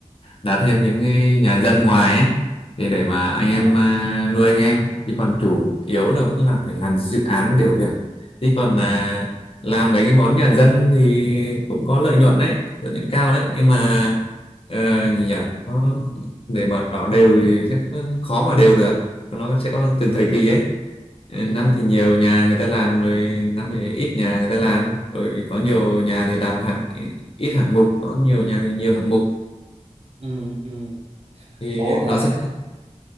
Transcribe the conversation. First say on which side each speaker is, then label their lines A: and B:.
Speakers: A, on the left (about 50°); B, on the right (about 55°).
A: đá thêm những cái nhà dân ngoài ấy thì để mà anh em
B: À,
A: à, nuôi anh em chứ còn chủ yếu là vẫn là phải làm dự án với điều việc chứ còn à, làm mấy cái món nhà dân thì cũng có lợi nhuận đấy lợi nhuận cao đấy nhưng mà ờ, gì nhỉ nó để mà đỏ đều thì sẽ khó mà đều được nó sẽ có
B: ừ
A: từng thời kỳ ấy Ừ, năm
B: ừ
A: thì nhiều nhà người ta làm rồi năm thì ít nhà người ta làm rồi có nhiều
B: ừ
A: nhà thì làm hạng ít hạng mục có nhiều nhà thì nhiều hạng mục
B: ừ ừ.
A: thì
B: ủa rồi
A: nó sẽ